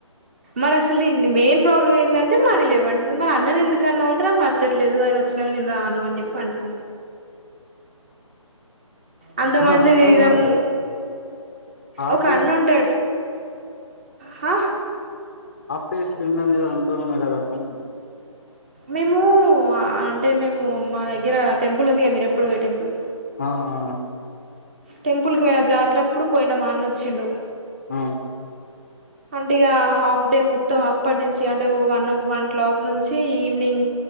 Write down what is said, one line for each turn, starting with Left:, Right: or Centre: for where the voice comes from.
Right: మరి అసలున్ని మెయిన్ ప్రాబ్లం ఏంటంటే మనీ లేవంట మరి అన్నని ఎందుకు అన్నా అంటే నాకు నచ్చట్లేదు అ నేను వచ్చినా నేను రాను అని చెప్పి అంటాను అంత
Left: ఆహ
Right: మంచిగా
Left: అర్ధం
Right: తిరిగినాము
Left: కాలే హాఫ్
Right: ఒక అన్న ఉంటాడు హా
Left: డే <unintelligible> <unintelligible>
Right: మేము అంటే మేము మా దగ్గర టెంపుల్ ఉందిగా మీరు ఎప్పుడు పోయే టెంపుల్
Left: ఆ ఆ
Right: టెంపుల్ కు పోయిన జాతరప్పుడు పోయిన మా అన్న వచ్చిండు
Left: ఆ
Right: అంటే ఇక హాఫ్ డే మొత్తం అప్పటి నుంచి అంటే ఒక వన్ వన్ క్లాక్ నుంచి ఈవినింగ్